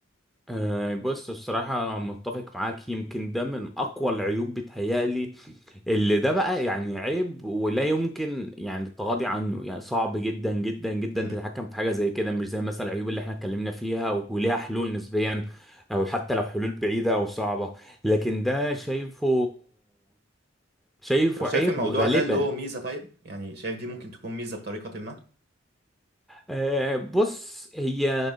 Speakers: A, in the centre; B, on the right.
A: آه بص الصراحة متفق معاك يمكن ده من أقوى العيوب بتهيألي اللي ده بقى يعني عيب ولا يمكن يعني التغاضي عنه يعني صعب جدا جدا جدا
B: امم
A: تتحكم في حاجة زي كده مش زي مثلا العيوب اللي احنا اتكلمنا فيها وليها حلول نسبيا او حتى لو حلول بعيدة او صعبة لكن ده شايفه شايفه
B: طب شايف
A: عيب
B: الموضوع
A: وغالبا
B: ده له ميزة طيب يعني شايف دي ممكن تكون ميزة بطريقة ما
A: آه، بص هي